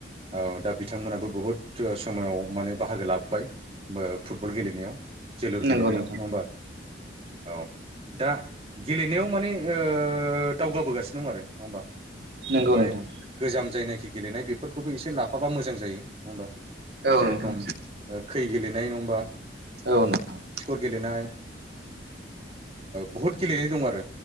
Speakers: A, on the right (about 35°); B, on the right (about 65°).
A: औ, दा बिथांमोनाबो बुहुद समाव माने बाहागो लाबोबाय फुटबल गेलेनायाव, जोलुुर गेलेनायावन
B: नंगौ नोंथां
A: नङा होमबा, औ दा गेलेनायाव माने ओ दावगाबोगासिनो दं आरो नङा होमबा,
B: नंगौ
A: ओमफ्राय
B: नोंथां
A: गोजाम जायनाखि गेलेनाय बेफोरखौबो एसे लाफाबा मोजां जायो नङा होमबा,
B: औ
A: जेरेखम
B: नोंथां,
A: ओ खै गेलेनाय नङा होमबा,
B: औ नोंथां
A: ओ गेलेनाय बहुद गेलेनाय दं आरो